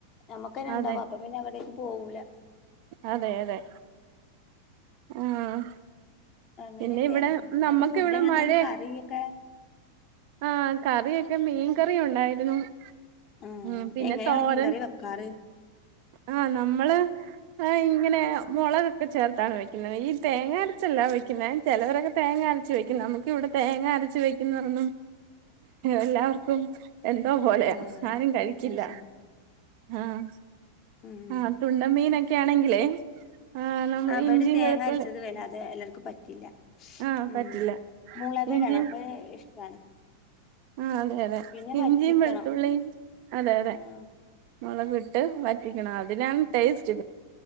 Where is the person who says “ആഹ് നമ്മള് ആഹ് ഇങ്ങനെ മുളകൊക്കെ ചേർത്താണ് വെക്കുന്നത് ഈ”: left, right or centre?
Right